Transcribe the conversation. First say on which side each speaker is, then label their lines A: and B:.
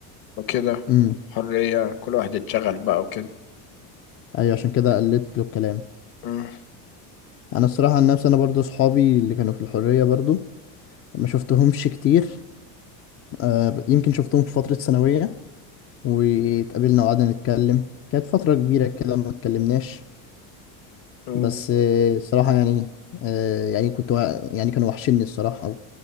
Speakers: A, on the left; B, on the left.
A: وكده
B: امم
A: حرية كل واحد اتشغل بقى وكده
B: ايوه عشان كده قلت له الكلام
A: مم،
B: انا الصراحة عن نفسي انا برضو صحابي اللي كانوا في الحرية برضو ما شفتهمش كتير آه، يمكن شفتهم في فترة ثانوية واتقابلنا وقعدنا نتكلم كانت فترة كبيرة كده ما اتكلمناش
A: مم،
B: بس آه، الصراحة يعني آه، يعني كنت وا- يعني كانوا وحشني الصراحة